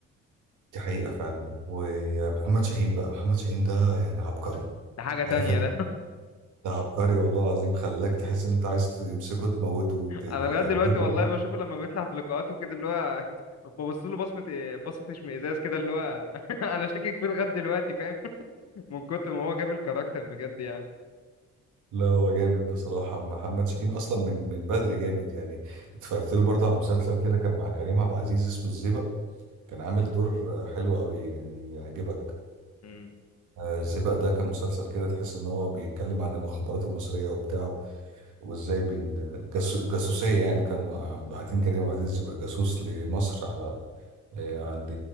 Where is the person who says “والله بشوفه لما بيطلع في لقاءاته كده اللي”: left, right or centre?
Left